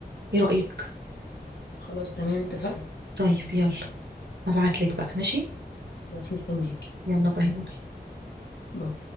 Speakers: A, on the right (about 80°); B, on the left (about 80°).
A: ايه رأيك
B: خلاص تمام اتفقنا
A: طيب يلا هبعتلك بقى ماشي
B: بس مستنياكي
A: يلا باي باي
B: باي